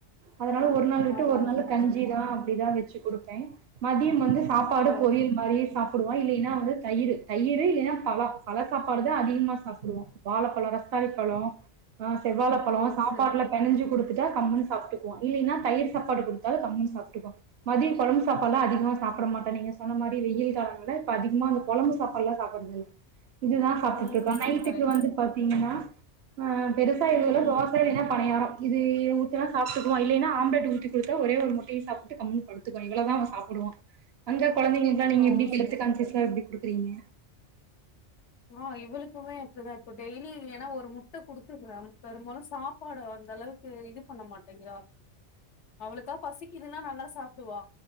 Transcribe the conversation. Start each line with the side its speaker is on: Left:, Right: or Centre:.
Right: அதனால ஒரு நாள் விட்டு
Left: ஆமா
Right: ஒரு நாள்ல
Left: ஆமா
Right: கஞ்சிதா அப்படிதா வெச்சு குடுப்பே மதியம் வந்து சாப்பாடு
Left: ஓ
Right: பொறியல் மாரி சாப்டுவான் இல்லைன்னா வந்து தயிரூ தயிரூ இல்லைன்னா பழ பழ சாப்பாடுதான் அதிகமா சாப்டுவோம் வாழைப்பழ ரஸ்த்தாளி பழ ஆ செவ்வாழ பழம்
Left: ஓ
Right: சாப்பாடுல
Left: சரி
Right: கஞ்சி குடுத்துட்டா கம்முன் சாப்டுக்குவா இல்லினா தயிர்சாப்பாடு குடுத்தாலு கம்முனு சாப்டுக்குவா மதிய கொழம்பு சாப்பாடுலா அதிகமா சாப்பிட மாட்டா நீங்க சொன்ன மாரி வெயில் கால இல்ல இப்ப அதிகமா அந்த கொழம்பு சாப்பாடுல்லா சாப்பிடறது இல்ல இதுதான் சாப்டுட்டு
Left: ம்
Right: இருக்கோ நைட்டுக்கு
Left: ம் கரெக்ட்
Right: வந்து பாத்தீங்கன்னா ஆ பெருசா
Left: ம்
Right: எது இல்ல
Left: ம்
Right: தோசை இல்லைனா பணியார இது ஊத்துனா சாப்டுக்குவா இல்லைன்னா ஆம்லட் ஊத்திக் குடுத்த ஒரே ஒரு முட்டையை சாப்பிட்டு கம்முன் படுத்துக்குவா இவ்ளதா அவ சாப்பிடுவா அங்க கொழந்தைங்களுக்குலா நீங்க
Left: ஓ
Right: எப்டி ஹெல்த்
Left: சரி
Right: கான்சியஸ்லா எப்டி குடுக் க்கறிங்க
Left: ஆ இவளுக்குமே அப்டிதா இப்ப டெய்லி ஏன்னா ஒரு மு ட்ட குடுத்துடறே பெரும்பாலு சாப்பாடு அந்த அளவுக் து இது பண்ண மாட்டேங்கிறா அவளுக்கா பசிக்குதுன்னா நல்லா சாப்பிடுவா